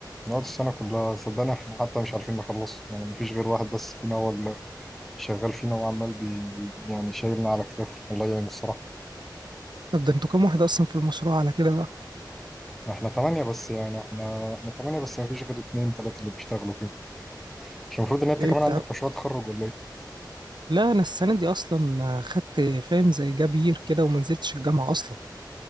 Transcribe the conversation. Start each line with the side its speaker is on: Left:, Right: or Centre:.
Centre: نقعد السنة كلها صدقني احنا حتى مش عارفين نخلصه يعني مفيش غير واحد بس فينا هو اللي شغال فينا وعمال بي بي- يعني شايلنا على كتافه والله يعين الصراحة
Right: طب ده انتوا كام واحد اصلا في المشروع على كده بقى
Centre: احنا تمانية بس يعني احنا احنا تمانية بس مفيش غير اتنين تلاتة اللي بيشتغلوا فيه مش المفروض ان انت
Right: ايه
Centre: كمان
Right: بتاع
Centre: عندك مشروع تخرج ولا ايه؟
Right: لا انا السنه دي اصلا خدت فاهم زي جابير كده وما نزلتش الجامعه اصلا